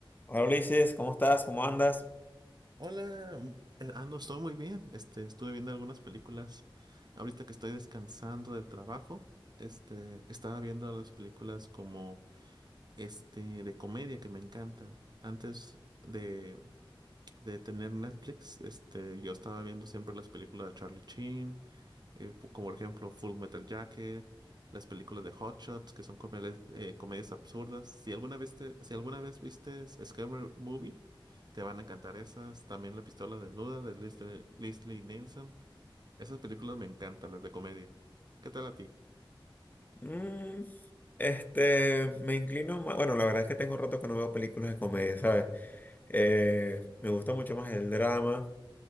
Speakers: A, on the left (about 20°); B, on the right (about 50°).
A: Hola Ulises, ¿cómo estás? ¿Cómo andas?
B: Hola, m- eh, ando, estoy muy bien. Este, estuve viendo algunas películas. Ahorita que estoy descansando del trabajo, este, estaba viendo las películas como este de comedia que me encantan. Antes de, de tener Netflix, este, yo estaba viendo siempre las películas de Charlie Sheen eh, fu- como por ejemplo Full Metal Jacket, las películas de Hot Shots, que son comedias, eh, comedias absurdas. Si alguna vez te- si alguna vez viste Scary Movie, te van a encantar esas. También La Pistola Desnuda de Leslie, Leslie Nielsen. Esas películas me encantan, las de comedia. ¿Qué tal a ti?
A: Mm, este, me inclino más. Bueno, la verdad es que tengo rato que no veo películas de comedia, ¿sabes? Eh, me gusta mucho más el drama,